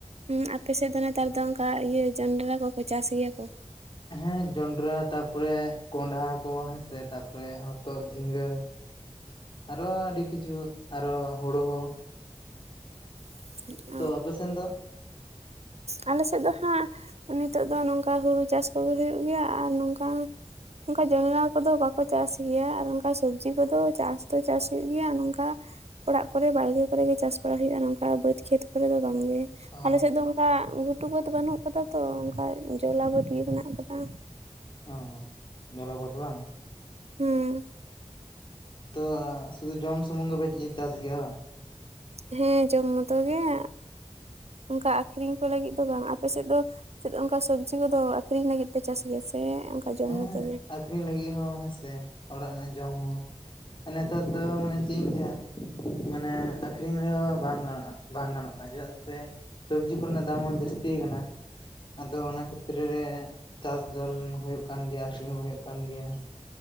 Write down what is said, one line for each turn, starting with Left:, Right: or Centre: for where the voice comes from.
Right: ᱦᱮᱸ ᱟᱯᱮᱥᱮᱫ ᱫᱚ ᱱᱮᱛᱟᱨ ᱫᱚ ᱚᱱᱠᱟ ᱤᱭᱟᱹ ᱡᱟᱱᱰᱽᱨᱟ ᱠᱚ ᱠᱚ ᱪᱟᱥ ᱜᱮᱭᱟ ᱠᱚ?
Left: ᱦᱮᱸ ᱡᱚᱱᱰᱽᱨᱟ ᱛᱟᱯᱚᱨᱮ ᱠᱚᱸᱰᱷᱟ ᱠᱚ ᱦᱮᱸ ᱥᱮ, ᱛᱟᱯᱚᱨᱮ ᱦᱚᱛᱚᱫ ᱡᱷᱤᱸᱜᱟᱹ᱾
Right: <unintelligible>
Left: ᱟᱨᱚ ᱟᱹᱰᱤ ᱠᱤᱪᱷᱩ ᱟᱨᱚ ᱦᱳᱲᱳ ᱦᱚᱸ᱾
Right: <unintelligible>
Left: ᱛᱚ ᱚᱯᱮ ᱥᱮᱱ ᱫᱚ?
Right: ᱟᱞᱮ ᱥᱮᱫ ᱫᱚ ᱦᱟᱸᱜ ᱱᱤᱛᱚᱜ ᱫᱚ ᱱᱚᱝᱠᱟ ᱦᱩᱲᱩ ᱪᱟᱥ ᱠᱚ ᱜᱮ ᱦᱩᱭᱩᱜ ᱜᱮᱭᱟ ᱟᱨ ᱱᱚᱝᱠᱟ ᱚᱝᱠᱟ ᱡᱚᱱᱨᱟ ᱠᱚ ᱫᱚ ᱵᱟᱠᱚ ᱪᱟᱥ ᱜᱮᱭᱟ ᱟᱨ ᱚᱱᱠᱟ ᱥᱚᱵᱡᱤ ᱠᱚ ᱫᱚ ᱪᱟᱥ ᱫᱚ ᱪᱟᱥ ᱦᱳᱭᱳᱜ ᱜᱤᱭᱟ ᱱᱚᱝᱠᱟ ᱚᱲᱟᱜ ᱠᱚ ᱨᱮ ᱵᱟᱲᱜᱮ ᱠᱚᱨᱮ ᱜᱮ ᱪᱟᱥ ᱵᱟᱲᱟ ᱦᱳᱭᱳᱜᱼᱟ ᱱᱚᱝᱠᱟ ᱵᱟᱹᱫᱽ ᱠᱷᱮᱛ ᱠᱚ ᱨᱮ ᱫᱚ ᱵᱟᱝ ᱜᱮ᱾
Left: ᱚ
Right: ᱟᱞᱮ ᱥᱮᱫ ᱫᱚ ᱚᱝᱠᱟ ᱜᱷᱩᱴᱩ ᱵᱟᱹᱫᱽ ᱵᱟᱹᱱᱩᱜ ᱠᱟᱫᱟ ᱛᱚ ᱚᱝᱠᱟ ᱡᱚᱞᱟ ᱵᱟᱹᱫ ᱜᱮ ᱢᱮᱱᱟᱜ ᱠᱟᱫᱟ᱾
Left: ᱚ ᱡᱚᱞᱟ ᱵᱟᱹᱫᱽ ᱵᱟᱝ?
Right: ᱦᱩᱸ᱾
Left: ᱛᱚ ᱮᱸᱷ ᱥᱩᱫᱷᱩ ᱡᱚᱢ ᱥᱩᱢᱩᱝ ᱜᱮ ᱯᱮ ᱤᱭᱟᱹ ᱪᱟᱥ ᱜᱮᱭᱟ ᱵᱟᱝ?
Right: ᱦᱮᱸ ᱡᱚᱢ ᱢᱚᱛᱚ ᱜᱮ ᱚᱝᱠᱟ ᱟᱠᱷᱨᱤᱧ ᱠᱚ ᱞᱟᱹᱜᱤᱫ ᱫᱚ ᱵᱟᱝ ᱟᱯᱮ ᱥᱮᱫ ᱫᱚ ᱪᱮᱫ ᱚᱱᱠᱟ ᱥᱚᱵᱽᱡᱤ ᱠᱚ ᱫᱚ ᱟᱠᱷᱨᱤᱧ ᱞᱟᱹᱜᱤᱫ ᱯᱮ ᱪᱟᱥ ᱜᱮᱭᱟ ᱥᱮ? ᱡᱚᱢ
Left: ᱦᱮᱸ
Right: ᱢᱚᱛᱚ ᱜᱮ
Left: ᱟᱠᱷᱨᱤᱧ ᱞᱟᱹᱜᱤᱫ ᱦᱚᱸ ᱦᱮᱸ ᱥᱮ ᱚᱲᱟᱜ ᱨᱮᱱᱟᱜ ᱡᱚᱢ ᱦᱚᱸ᱾ ᱱᱮᱛᱟᱨ ᱫᱚ ᱢᱟᱱᱮ ᱪᱮᱫ ᱤᱧ ᱞᱟᱹᱭᱟ? ᱢᱟᱱᱮ ᱟᱠᱷᱨᱤᱧ ᱨᱮ ᱦᱚᱸ ᱵᱟᱝ ᱜᱟᱱ-ᱚᱜ ᱵᱟᱝ ᱜᱟᱱᱚᱜ ᱠᱟᱱᱟ ᱪᱮᱫᱟᱜ ᱥᱮ? ᱥᱚᱵᱽᱡᱤ ᱠᱚᱨᱮᱱᱟᱜ ᱫᱟᱢ ᱦᱚᱸ ᱡᱟᱹᱥᱛᱤ ᱠᱟᱱᱟ᱾ ᱟᱫᱚ ᱚᱱᱟ ᱠᱷᱮᱛᱛᱨᱮ ᱨᱮ ᱪᱟᱥ ᱫᱚ ᱦᱳᱭᱳᱜ ᱠᱟᱱ ᱜᱮᱭᱟ ᱟᱹᱠᱷᱨᱤᱧ ᱦᱚᱸ ᱦᱳᱭᱳᱜ ᱠᱟᱱ ᱜᱮᱭᱟ ᱦᱮᱸ ᱥᱮ